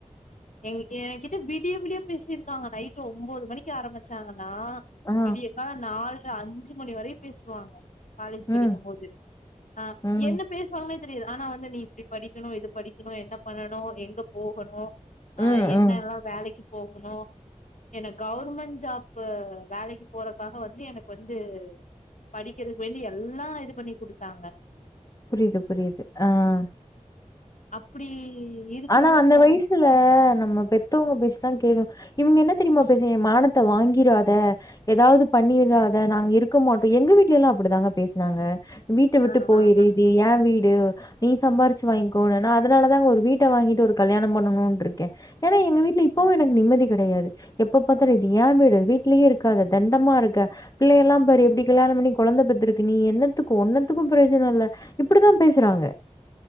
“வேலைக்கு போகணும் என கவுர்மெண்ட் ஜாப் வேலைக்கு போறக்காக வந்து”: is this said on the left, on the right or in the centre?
Left